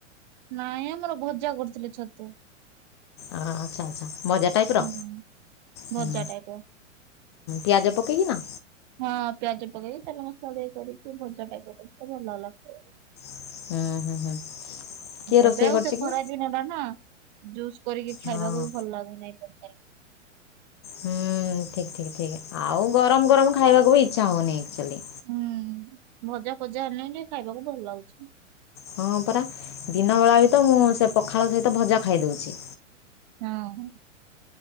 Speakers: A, on the right; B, on the left.
A: ନାଇଁ ଆମର ଭଜା କରୁଥିଲେ ଛତୁ।
B: ଆଚ୍ଛା ଆଚ୍ଛା ଭଜା ଟାଇପ ର।
A: ହୁଁ ଭଜା
B: ହୁଁ
A: ଟାଇପର।
B: ପିଆଜ ପକେଇକି ନା।
A: ହଁ ପିଆଜ ପକେଇକି ତେଲ ମସଲା ଟିକେ କରିକି ଭଜା ଟାଇପ ର <unintelligible>
B: ହୁଁ ହୁଁ ହୁଁ। କିଏ ରୋଷେଇ
A: ଏବେ ଆଉ
B: କରିଛି
A: ସେ
B: କି
A: ଖରା ଦିନଟା ନା। ଜୁସ୍ କରିକି ଖାଇବାକୁ
B: ହଁ
A: ଭଲ ଲାଗୁନାହିଁ ତ
B: ହୁଁ ଠିକ୍ ଠିକ୍ ଠିକ୍ ଆଉ ଗରମ ଗରମ ଖାଇବାକୁ ବି ଇଚ୍ଛା ହଉନି ଆକଚୁଆଲି।
A: ହୁଁ ଭଜା ଫଜା ହେନେ ଟିକେ ଖାଇବାକୁ ଭଲ ଲାଗୁଚି।
B: ହଁ ପରା ଦିନବେଳା ବି ତ ମୁଁ ସେ ପଖାଳ ସହିତ ଭଜା ଖାଇଦଉଚି।
A: ହୁଁ।